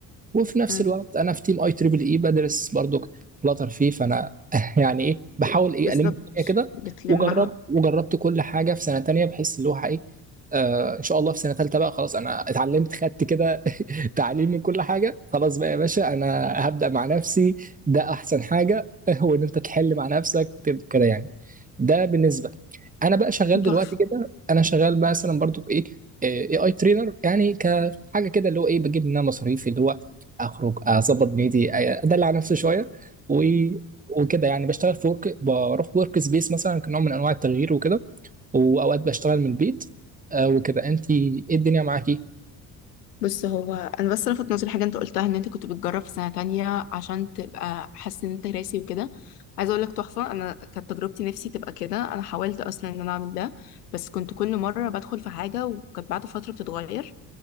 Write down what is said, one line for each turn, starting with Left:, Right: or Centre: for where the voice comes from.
Right: وفي نفس
Left: مم.
Right: الوقت انا في تيم اي تريبل اي بدرس برضو فلاتر فيه فانا <laughs> يعني ايه بحاول ايه
Left: بالظبط
Right: الم الدنيا كده
Left: بتلمها
Right: وجربت وجربت كل حاجه في سنه تانية بحيث اللي هو ايه آه ان شاء الله في سنه تالتة بقى خلاص انا اتعلمت خدت كده <laughs> تعليم من كل حاجه خلاص بقى يا باشا انا هبدا مع نفسي ده احسن حاجه <laughs> هو ان انت تحل مع نفسك وتبقى كده يعني ده بالنسبه انا بقى شغال دلوقتي
Left: تحفة
Right: كده انا شغال مثلا برضو بايه اي اي ترينر يعني كحاجه كده اللي هو ايه بجيب منها مصاريف اللي هو اخرج اظبط دنيتي ادلع نفسي شويه و... وكده يعني بشتغل في ورك بروح ورك سبيس مثلا كنوع من انواع التغيير وكده واوقات بشتغل من البيت آه وكده انت ايه الدنيا معاكي
Left: بص هو انا بس لفت نظري حاجه انت قلتها ان انت كنت بتجرب في سنه تانية عشان تبقى حاسس ان انت راسي وكده عايزه اقول لك تحفه انا كانت تجربتي نفسي تبقى كده انا حاولت اصلا ان انا اعمل ده بس كنت كل مره بدخل في حاجه وكانت بعد فتره بتتغير